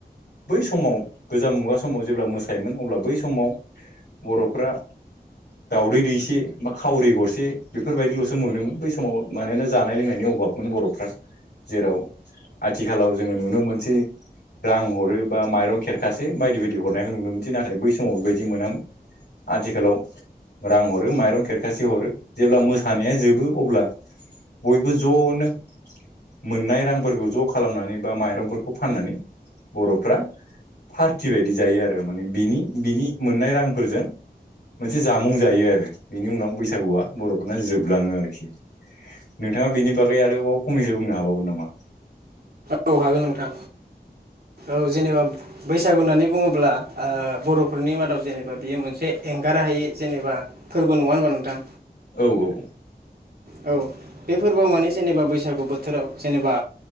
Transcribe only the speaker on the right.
औ हागोन नोंथां औ जेनेबा बैसागु होननानै बुङोब्ला बर'फोरनि मादाव जेनेबा बियो मोनसे एंगार हायै जेनेबा फोरबो नङा होनबा नोंथां
औ बे फोरबोआव माने जेनेबा बैसागु बोथोराव जेनेबा